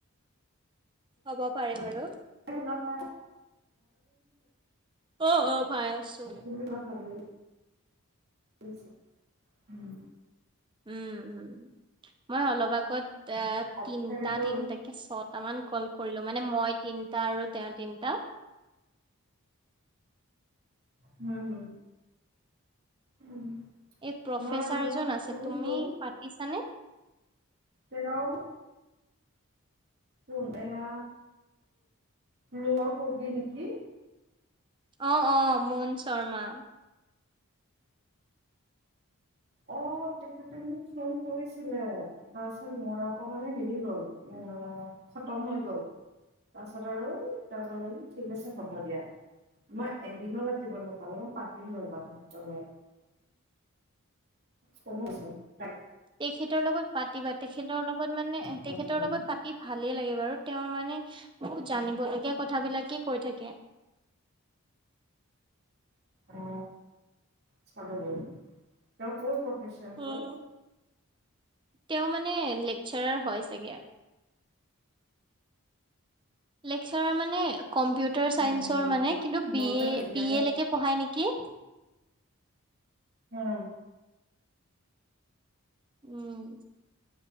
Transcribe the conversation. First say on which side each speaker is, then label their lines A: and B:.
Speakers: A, on the right; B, on the right.
A: হব পাৰে বাৰু।
B: শ ন প
A: অ অ পাই আছো।
B: <inaudible> <unintelligible> ছ উম!
A: উম! উম! মই অলপ আগত আহ,
B: আজি
A: তিনটা
B: চাগেতো
A: তিনিটাকে চত দুটামান কল কৰিলোঁ মানে মই তিনটা আৰু তেওঁ তিনিটা
B: হোম, হোম, উম!
A: এই প্ৰফেচাৰ
B: মই এজনক
A: এজন আছে
B: কৰিলো
A: তুমি পাতিছানে?
B: হেল্ল' উম! এয়া, লোৱা কবি নেকি,
A: অ, অ, মৌন শৰ্মা
B: অ তেখেতে মোক ফোন কৰিছিলে তাৰপিছত মই আকৌ মানে হেৰি হল উম! খতম হৈ গ'ল। তাৰপাছত আৰু তেওঁ কলে ঠিক আছে হ'ব দিয়া। মই এদিনো পাতিব নাপালো মই পাতি লবা তুমি ক আছে <unintelligible>
A: তেখেতৰ লগত পাতিবা তেখেতৰ লগত লগত মানে
B: পতাৰ
A: তেখেতৰ
B: কাৰণে
A: লগত পাতি ভালেই লাগে বাৰু তেওঁৰ মানে জানিবলগীয়া কথাবিলাকেই কৈ থাকে
B: অ চাব লাগিব
A: উম,
B: <unintelligible>
A: তেওঁ মানে লেকচাৰাৰ হয় লাগে লেকচাৰৰ মানে কম্পিউটাৰ চাইন্সৰ
B: উম
A: মানে কিন্তু
B: বৰপেটা
A: বি এ
B: ইয়াৰে
A: বি এ লৈকে পঢ়ায় নেকি?
B: উম!
A: উম!